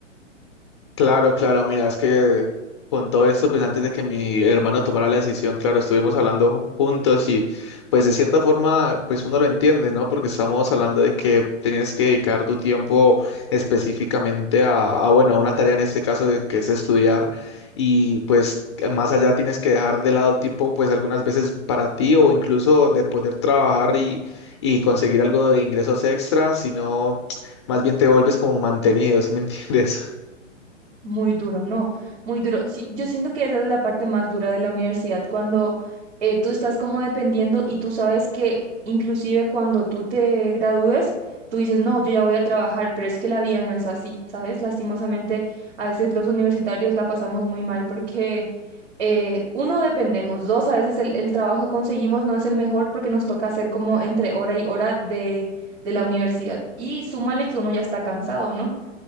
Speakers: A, on the left; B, on the right.
A: Claro, claro, mira, es que con todo esto, pues antes de que mi hermano tomara la decisión, claro, estuvimos hablando ju- juntos y pues de cierta forma, pues uno lo entiende, ¿no? Porque estamos hablando de que tenías que dedicar tu tiempo específicamente a, a, bueno, a una tarea en este caso de- que es estudiar y pues que más allá tienes que dejar de lado el tiempo, pues algunas veces para ti o incluso de poder trabajar y, y conseguir algo de ingresos extra, sino más bien te vuelves como mantenido, ¿sí me <laughs> entiendes?
B: Muy duro, no, muy duro. Sí, yo siento que esa es la parte más dura de la universidad, cuando eh, tú estás como dependiendo y tú sabes que inclusive cuando tú te gradúes, tú dices, no, yo ya voy a trabajar, pero es que la vida no es así, ¿sabes? Lastimosamente, a veces los universitarios la pasamos muy mal porque eh, uno, dependemos, dos, a veces el, el trabajo que conseguimos no es el mejor porque nos toca hacer como entre hora y hora de, de la universidad. Y súmale que uno ya está cansado, ¿no?